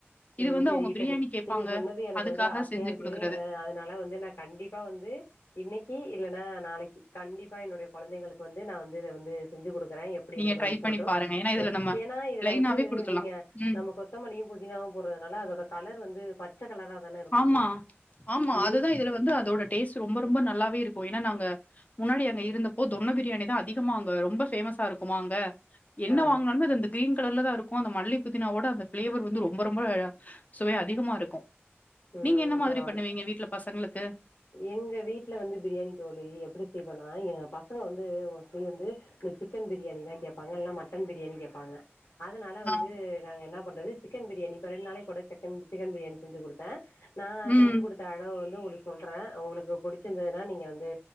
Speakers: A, on the left; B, on the left.
A: சேசேரி
B: இது வந்து அவங்க
A: இப்ப
B: பிரியாணி கேட்பாங்க.
A: நீங்க சொன்னது எனக்கு
B: அதுக்காக
A: வந்து ஆசையா
B: செஞ்சு
A: இருக்கு
B: குடுக்குறது.
A: அதனால வந்து கண்டிப்பா வந்து இன்னைக்கு இல்லைன்னா நாளைக்கு கண்டிப்பா என்னுடைய குழந்தைங்களுக்கு வந்து நான் வந்து இத வந்து செஞ்சு குடுக்குறேன் எப்டி
B: நீங்க
A: இருக்குனு
B: ட்ரை
A: சொல்லட்டு
B: பண்ணி பாருங்க. ஏன்னா, இதுல நம்ம
A: ஏன்னா இதுல
B: பிளெயினாவே
A: வந்து
B: குடுக்கலாம்.
A: நீங்க
B: ம்.
A: நம்ம கொத்தமல்லியு புதினாவு போடுறதுனால அதோட கலர் வந்து பச்ச கலரா தான இருக்கு
B: ஆமா ஆமா
A: ம்
B: அதுதான் இதுல வந்து அதோட டேஸ்ட் ரொம்ப ரொம்ப நல்லாவே இருக்கு ஏன்னா நாங்க முன்னாடி அங்க இருந்த போது தொன்ன பிரியாணிதான் அதிகமா அங்க ரொம்ப ஃபேமஸ்சா இருக்குமா அங்க என்ன
A: ஆ
B: வாங்கனாலுமே அந்த கிரீன் கலர்ல தான் இருக்கு அந்த மல்லி புதினாவோட அந்த பிளேவர் வந்து ரொம்ப ரொம்ப சுவை அதிகமா இருக்கு
A: ம்
B: நீங்க என்ன மாதிரி
A: பரவால்ல
B: பண்ணுவீங்க வீட்டுல பசங்களுக்கு
A: எங்க வீட்டு்ல வந்து பிரியாணி தோழி எப்படி செய்வனா எங்க பசங்க வந்து வந்து இந்த சிக்கன் பிரியாணிதான் கேட்பாங்க இல்லா மட்டன் பிரியாணி கேட்பாங்க அதனால வந்து
B: ஆ
A: நாங்க என்ன பண்றது சிக்கன் பிரியாணி இப்ப ரெண்டு நாளைக்கு ஒரு டைம் சிக்கன் சிக்கன் பிரியாணி செஞ்சு குடுப்பேன் நான்
B: ம்
A: செஞ்சு குடுத்த அளவு வந்து <unintelligible> சொல்றேன் உங்களுக்கு புடிச்சிருந்ததுன்னா நீங்க வந்து